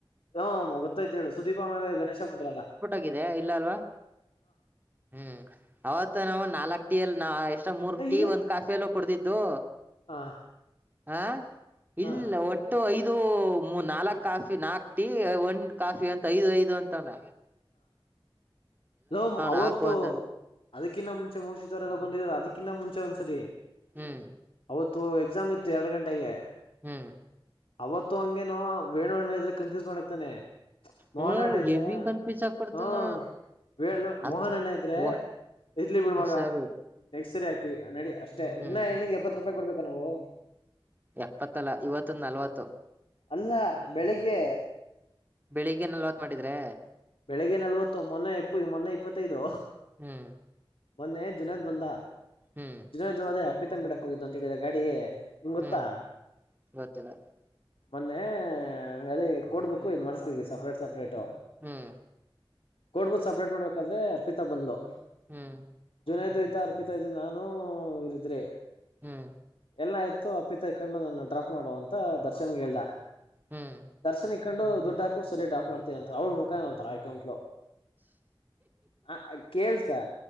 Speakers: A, on the left (about 80°); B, on the right (about 20°).
A: ಹ್ಮ ಗೊತ್ತಾಯ್ತು ಹೇಳು ಸುದೀಪ ಆಮೇಲೆ ಗಣೇಶ ಮಂತ್ರ ಅಲ್ಲ
B: ಹಗಿದೆ ಇಲ್ಲ ಅಲ್ವಾ ಹ್ಮ್ ಅವತ್ ನಾವ್ ನಾಲ್ಕ್ ಟೀ ಅಲ್ಲಿ ನ ಎಷ್ಟ ಮೂರ್
A: ಏ
B: ಟೀ
A: ಇರು
B: ಒಂದ್ ಕಾಫಿಯಲ್ಲ ಕುಡದಿದ್ದು
A: ಹ
B: ಹಾ ಇಲ್ಲ
A: ಹ
B: ಒಟ್ಟು ಐದು ಇದು ಮೂ ನಾಲ್ಕ್ ಕಾಫಿ ನಾಕ್ು ಟೀ ಒಂದ್ ಕಾಫಿ ಅಂತ ಐದು ಐದು ಅಂತಂದ
A: ನ ಅವತ್ತು
B: ನಾಕು ಅಂತಂದಿ
A: ಅದಕ್ಕಿನ್ನ ಮುಂಚೆ ಮುಗಸಿತವರೆಲ್ಲ ಬಂದಿದ್ರು ಅದಕ್ಕಿಂತ ಮುಂಚೆ ಒಂದ್ಸರಿ
B: ಹ್ಮ್
A: ಇತ್ತು ಎಕ್ಸಾಮ್ ಇತ್ತು ಎರಡು ಗಂಟೆಗೆ
B: ಹ್ಮ್
A: ಅವತ್ತು ಹಂಗೇನುೋ ವೇಣು್ಣ ಇದ್ರ ಕನ್ಫ್ಯೂಸ್ ಮಾಡಕ್ತಾನೆ ಮೋಹನ
B: ಹ್ಮ
A: ಅಣ್ಣ ಇದ್ರೆ
B: ಹೆವಿ ಕನ್ಫ್ಯೂಸ್ ಆಗ್ಬಿಡ್ತಾನ
A: ಹಾ ವ್ಣ
B: ಅದ್
A: ಮೋಹನ್ ಎಣ್ಣ ಐತ್್ರೆ
B: ವ
A: ಇರ್ಲಿ ಬಿಡ ಮಗ
B: ಸರಿ
A: ಕ್ ಸರಿ ಹಾಕಿವವಿ ನಡಿ ಅಷ್ಟೇ
B: ಹ್ಮ್
A: ಇನ್ನ ಹೆ್ಣಿಂಗ್ ಎಪ್ಪತ್ ರೂಪಾಯಿ ಕೊಡ್ಬೇಕ ನಾವು
B: ಎಪ್ಪತ್ತಲ ಇವತ್ತೊಂದು ನಲ್ವತ್ತು
A: ಅಲ್ಲ ಬೆಳಿಗ್ಗೆ
B: ಬೆಳಿಗ್ ಏನಲ್ವತ್ ಮಾಡಿದ್ರೆ
A: ಬೆಳಗ್ಗೆ ನಲ್ವತ್ತು ಮೊನ್ನೆ ಎಪ್ಪ ಮೊನ್ನೆ ಇಪ್ಪತ್ತೈದು
B: ಹ್ಮ್
A: ಮೊನ್ನೆ ಜುನೇದ್ ಬಂದ
B: ಹ್ಮ್
A: ಜುನೇದ್ೋದ ಅರ್ಪಿತನ್ ಬಿಡಕ್ ಹೋಗಿದ್ದು ಅಂತ ಹೇಳಿದಿದ್ದಾರೆ ಗಾಡಿ ನಿಂಗ್ ಗೊತ್ತಾ
B: ಹ್ಮ್ ಗೊತ್ತಿಲ್ಲ
A: ಮೊನ್ನೆ ಅದೇ ಕೊಡ್ಬೇಕುಕ್ು ಇ್ ಮಾಡ್ಸ್ತಿದವಿ ಸಪ್ರೇಟ್ ಸಪ್ರೇಟ್
B: ಹ್ಮ್
A: ಕೋಡ್ ಬುಕ್ಸ್ ಅಪ್ಡೇಟ್ ಮಾಡ್ಬೇಕಾದ್ರೆ ಅರ್ಪಿತಾ ಬಂದ್ಲು
B: ಹ್ಮ್
A: ಜುನೈದು ಅರ್ಪಿತ ಇದು ನಾನು ಇವ್ರ ಇದ್ರೆ
B: ಹ್ಮ್
A: ಎಲ್ಲ ಆಯ್ತು ಅಪ್ಪಿ ತ ಇಕೊಂಡು ನನ್ನ ಡ್ರಾಪ್ ಮಾಡುವ ಅಂತ ದರ್ಶನ್ಗೆ ಹೇಳ್ದ
B: ಹ್ಮ್
A: ದರ್ಶನ್ ಹಾಕೊಂಡು ಡ್ ಹಾಕ ಸ ಡಾಫ್ ಮಾಡತತಿವಿ ಅಂತ ಅವ್ಳ್ ಮುಖಾಯವಂತ ಅಕೌಂಟ್ಲು ಹ ಕೇೇಳಸ್ಕಾ